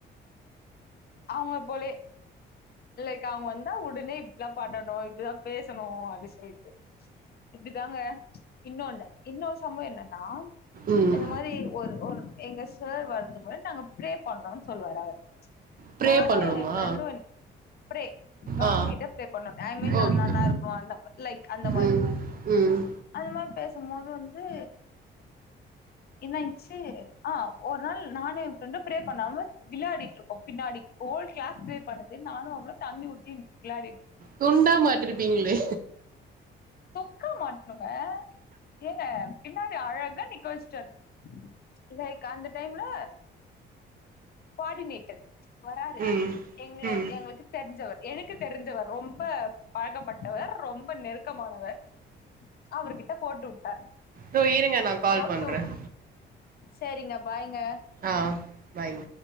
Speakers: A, on the left; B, on the right.
A: அவுங்க போல்யே லைக் அவுங்க வந்தா உடனே இப்டில்லா பண்ணனு இப்டில்லா பேசணு அப்டி சொல்ட்டு இப்டி தாங்க இன்னொன்னு இன்னொரு சம்பவம் என்னன்னா
B: ம்
A: இந்த மாரி ஒரு ஒரு எங்க சார் வர்றத்துக்கு முன்னாடி நாங்க ப்ரேயர் பன்னுன்னு சொல்வார் அவர்
B: ப்ரே
A: நானு
B: பண்ணணுமா
A: ஏ பிரண்டு பிரே காட்
B: ஆ
A: கிட்ட ப்ரே பண்ண ஐ மீன் நா
B: ஓகே
A: நானா இருக்கும் அது லைக் அந்த மாதிரி
B: ம் ம்
A: அது மார் பேசும்போது வந்து என்னாயிச்சு ஆ ஒரு நாள் நானும் என் ஃப்ரெண்டு ப்ரே பண்ணாம விளையாடிட்டு இருக்கே பின்னாடி ஓல்டு் கிளாஸ் ப்ரே பண்ணது நானும் அவ்ளு தண்ணி ஊத்தி விளையாடி
B: துண்டா மாட்டிருப்பீங்களே
A: தொக்கா மாட்டணுங்க ஏங்க பின்னாடி அழகா நிக்கவச்ட்டாரு லைக் அந்த டைம்ல கோவாடினேட்டர் வராரு
B: ம்
A: எங்களோ
B: ம்
A: எங்களுக்கு தெரிஞ்சவர் எனக்கு தெரிஞ்சவர் ரொம்ப பழகப்பட்டவர் ரொம்ப நெருக்க க்கமானவர் அவர்கிட்ட போட்டுவுட்டார்
B: தோ இருங்க நான் கால்
A: போட்டு
B: பண்றேன்
A: உட் சரிங்க பைங்க
B: ஆ பைங்க